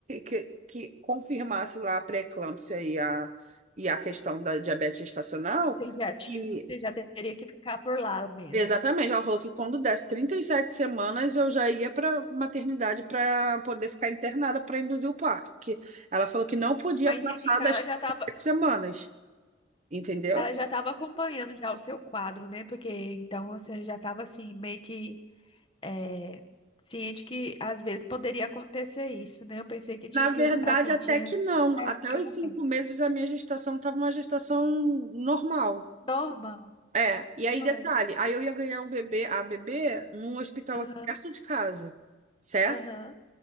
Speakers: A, on the right; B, on the left.
A: que, que confirmasse lá a pré-eclâmpsia e a e a questão da diabetes gestacional,
B: Você já tinha,
A: que
B: você já teria que ficar por lá mesmo.
A: exatamente, ela falou que quando desse 37 semanas eu já ia para maternidade para poder ficar internada para induzir o parto, porque ela falou que não podia
B: Ah,
A: passar
B: entendi. Então
A: das
B: ela
A: 37
B: já estava,
A: semanas, entendeu?
B: ela já estava acompanhando já o seu quadro, né? Porque então você já estava assim meio que eh, ciente que às vezes poderia acontecer isso, né? Eu pensei que tinha
A: Na verdade,
B: assim
A: até
B: tinha
A: que
B: de,
A: não. Até
B: de
A: os
B: repente.
A: cinco meses a minha gestação estava uma gestação normal.
B: Normal.
A: É, e aí
B: Vai.
A: detalhe, aí eu ia ganhar um bebê, a bebê, num hospital
B: Aham,
A: aqui perto de casa, certo?
B: aham.